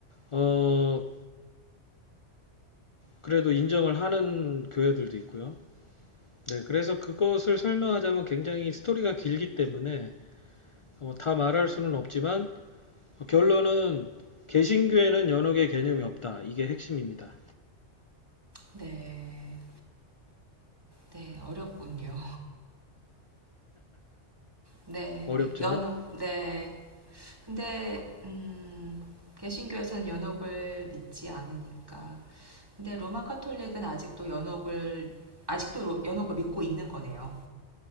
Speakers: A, on the left; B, on the right.
A: 어 그래도 인정을 하는 교회들도 있고요. 네, 그래서 그것을 설명하자면 굉장히 스토리가 길기 때문에 어, 다 말할 수는 없지만 어, 결론은 개신교에는 연옥의 개념이 없다. 이게 핵심입니다.
B: 네, 네, 어렵군요. 네,
A: 어렵죠?
B: 연옥, 네. 근데, 음, 개신교에서는 연옥을 믿지 않으니까. 근데 로마 카톨릭은 아직도 연옥을, 아직도 로- 연옥을 믿고 있는 거네요.